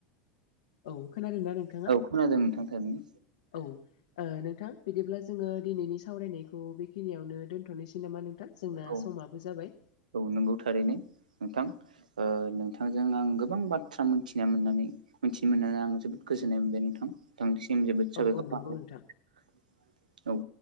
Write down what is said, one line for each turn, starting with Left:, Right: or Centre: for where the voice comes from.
Left: औ खोनादोंना नोंथाङा
Right: औ खोनादों नोंथां थारैनो
Left: औ ओ नोंथां बिदिब्ला जोङो दिनैनि सावरायनायखौ बेखिनियावनो दोनथ'नोसै नामा नोंथां? जोंना
Right: औ
Left: समाबो जाबाय
Right: औ नंगौ थारैनो नोंथां ओ नोंथांजों आं गोबां बाथ्रा मोनथिना मोननानै मिथिनो मोननानै आं जोबोद गोजोननाय मोनबाय नोंथां। नोंथांनिसिम जोबो साबायखर
Left: औ औ नंगौ
Right: थाबाय
Left: नोंथां
Right: औ